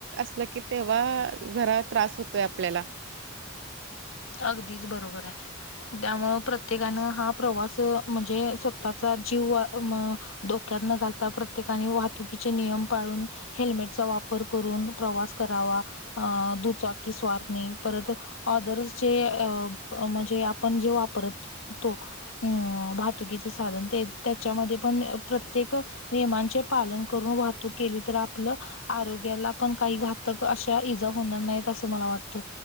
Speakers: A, on the right (about 60°); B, on the left (about 80°).
A: असलं की तेव्हा जरा त्रास होतोय आपल्याला
B: अगदीच बरोबर आहे. त्यामुं प्रत्येकानं हा प्रवास म्हणजे स्वतःचा जीव म डोक्यात न घालता प्रत्येकाने वाहतुकीचे नियम पाळून हेल्मेटचा वापर करून प्रवास करावा दुचाकी की स्वार नाही परत ऑदर्स जे म्हणजे आपण जे वापरत. तो अं वाहातुकीच साधन ते त्याच्यामध्ये पण प्रत्येक नियमांचे पालन करून वाहतूक केली तर आपलं आरोग्याला पण काही घातक अशा इजा होणार नाही. मला वाटत